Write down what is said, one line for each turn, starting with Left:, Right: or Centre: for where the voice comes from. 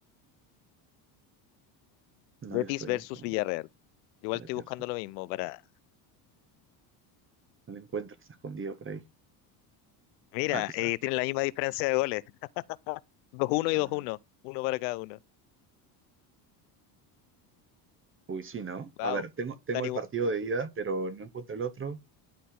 Right: No
Left: Betis
Right: le estoy
Left: versus
Right: en con...
Left: Villarreal. Igual
Right: vete
Left: estoy buscando lo mismo para.
Right: No le encuentro, está escondido por ahí.
Left: Mira,
Right: Ah, aquí está.
Left: eh, tienen la misma diferencia de goles. <laughs> Dos uno y
Right: Ah,
Left: dos uno. Uno para cada uno.
Right: uy, sí, ¿no?
Left: Wow.
Right: A ver, tengo, tengo
Left: Están
Right: el
Left: igual-
Right: partido de ida, pero no encuentro el otro.